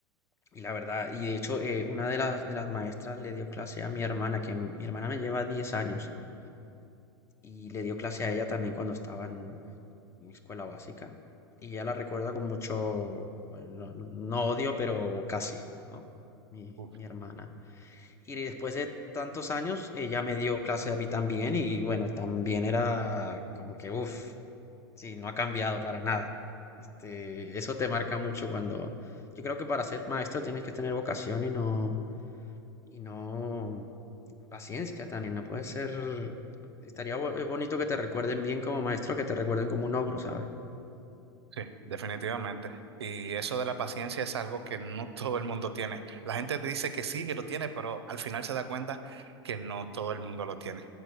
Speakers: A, on the left; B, on the right.
A: y la verdad, y de hecho, eh, una de las, de las maestras le dio clase a mi hermana, que mi hermana me lleva 10 años a mí. Y le dio clase a ella también cuando estaban mi escuela básica. Y ya la recuerdo con mucho, bueno, no, no odio, pero casi, ¿no? Mi,
B: Uf,
A: mi hermana. Y después de tantos años, ella me dio clase a mí también y bueno, también era como que, uff, sí, no ha cambiado para nada. Este, eso te marca mucho cuando... Yo creo que para ser maestro tienes que tener vocación y no, y no y paciencia también, no puede ser... Estaría bo- eh, bonito que te recuerden bien como maestro, que te recuerden como un ogro, ¿sabes?
B: Sí, definitivamente. Y eso de la paciencia es algo que no <laughs> todo el mundo tiene. La gente dice que sí, que lo tiene, pero al final se da cuenta que no todo el mundo lo tiene.